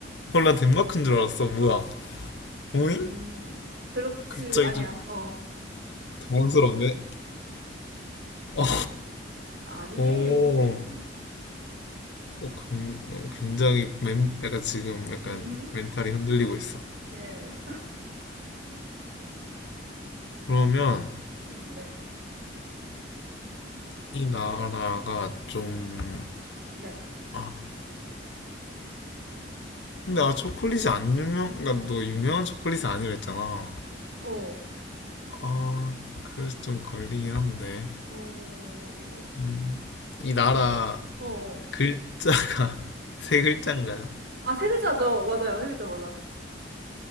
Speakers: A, on the left; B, on the right.
A: 헐, 난 덴마크인 줄 알았어. 뭐야? 오잉?
B: 음, 그렇게,
A: 갑자기
B: 아니야,
A: 좀
B: 어.
A: 당황스러운데? 어,
B: 아니에요.
A: <laughs> 오, 어, 감- 어, 굉장히 멘, 약간 지금 약간
B: 음,
A: 멘탈이 흔들리고 있어.
B: 예.
A: 그러면
B: 네.
A: 이 나라가 좀,
B: 네.
A: 아, 근데 아, 초콜릿이 안 유명, 그러니까 너 유명한 초콜릿이 아니라 했잖아.
B: 어,
A: 아, 그래서 좀 걸리긴 한데.
B: 어,
A: 음, 이 나라
B: 어.
A: 글자가 <laughs> 세 글자인가요?
B: 아, 세 글자죠? 맞아요, 세 글자 맞아.